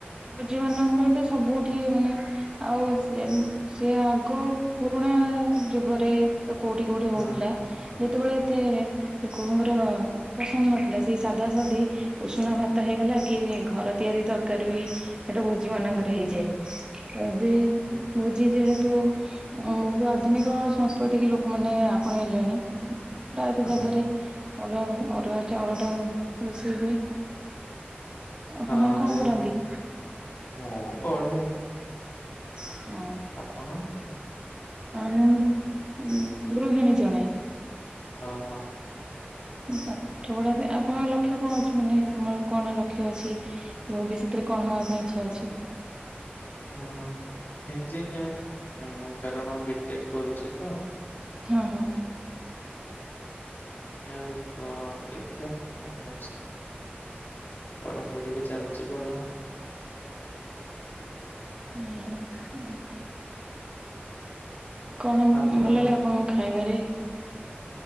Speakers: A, on the right; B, on the left.
A: ଭୋଜିମାନଙ୍କରେ ତ ସବୁଠି ମାନେ ଆଉ ସିଏମ୍ ସିଏ ଆଗ ପୁରୁଣା ଯୁଗରେ ତ କୋଉଠି କୋଉଠି
B: ହଁ
A: ହଉଥିଲା, ଯେତେବଳେ ଏତେ ଲୋକଙ୍କର ପସନ୍ଦ ନଥିଲା। ସେଇ ସାଧା ସାଧି ଉଷୁନା ଭାତ ହେଇଗଲା କି ଘ ର ତିଆରି ତରକାରୀ ବି ହେଟେ ଭୋଜି ମାନଙ୍କରେ ହେଇଯାଏ। ତ ଏବେ
B: ହୁଁ।
A: ମୁଁ ଆଜି ଯେହେତୁ, ମଁହୁତ ଆଧୁନିକ ସଂସ୍କୃତିକି ଲୋକମାନେ ଆପଣେଇଲେଣି। ମୁଁ ପ୍ରାୟତଃ
B: ହଁ।
A: ଜାଗାରେ ଅରୁଆ ଭା ଅରୁଆ ଚାଉଳଟା ରୋଷେଇ ହୁଏ। ଆପଣ
B: ହଁ
A: କଣ
B: ଯେମ୍
A: କରନ୍ତି?
B: ମୁଁ ପଢ଼େ।
A: ହଁ
B: ଆପଣ?
A: ନାଁ, ମୁଁ ଗୃହିଣୀ ଜଣେ।
B: ଅ ହଁ।
A: ପାଠ ପଢା ସେ ଆପଣଙ୍କ ଲକ୍ଷ୍ୟ କଣ ଅଛି, ମାନେ ତୁମର କଣ ଲକ୍ଷ୍ୟ ଅଛି? କି ଭବିଷ୍ୟତରେ କଣ ହେବା ପାଇଁ ଇଛା ଅଛି?
B: ହଁ, ହ ଇଞ୍ଜିନିୟର। ମୁଁ କାରଣ ବିଟେକ୍ କରୁଚି ତ।
A: ହଁ, ହଁ।
B: ଇଆଡେ ତ ଦେଖିଆ କଣ ହଉଚି? ପଢାପଢି ବି ଚାଲିଚି ଭଲ।
A: ଭଲ ହଉ। କଣମ୍
B: ଆପଣ
A: ଭଲ ଲାଏ ଆପଣଙ୍କୁ ଖାଇବାରେ?